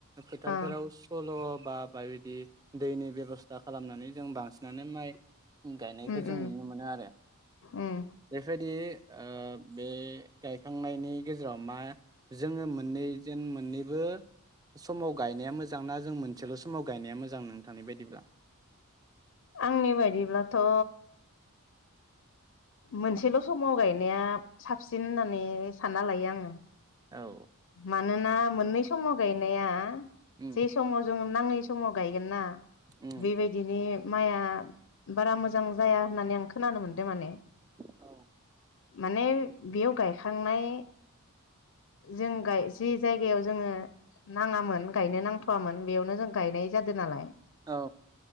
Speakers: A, on the right; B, on the left.
A: फोथारफोराव
B: अ
A: सलार बा बबायदि दैनि बेबस्था सा खालामनानै जों बांसिनानो माइ गायनायखौ
B: उम
A: जों
B: उम
A: नुनो मोनो आरो
B: उम
A: बेफोरबायदि ओ बे गायखांनायनि गेजेराव मा जोङो मोननै जेन मोननैबो समाव गायनाया मोजां ना जों मोनसेल' समाव गायनाया मोजां नोंथां बायदिब्ला
B: आंनि बायदिब्लाथ' मोनसेल' समाव गायनाया साबसिन होननानै सानना लायो आङो
A: औ
B: मानोना मोननै समाव गायनाया
A: उम
B: जे समाव जोङो नाङै समाव गायगोन ना
A: उम
B: बेबायदिनि माइया बारा मोजां जाया होननानै आं खोनानो मोनदों माने
A: औ
B: माने बेयाव गायखांनाय जों गाय जि जायगायाव जोङो नाङामोन गायनो नांथ'वामोन बेयावनो जों गायनाय जादो नालाय
A: औ